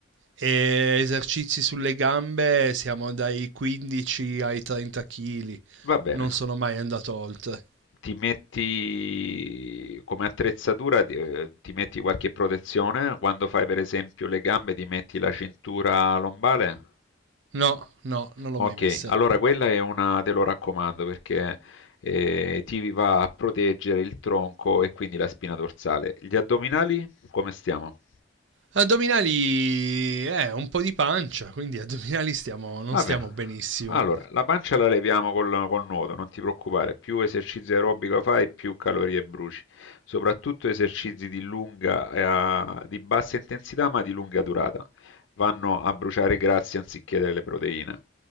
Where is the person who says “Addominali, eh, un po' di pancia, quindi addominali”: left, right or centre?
Right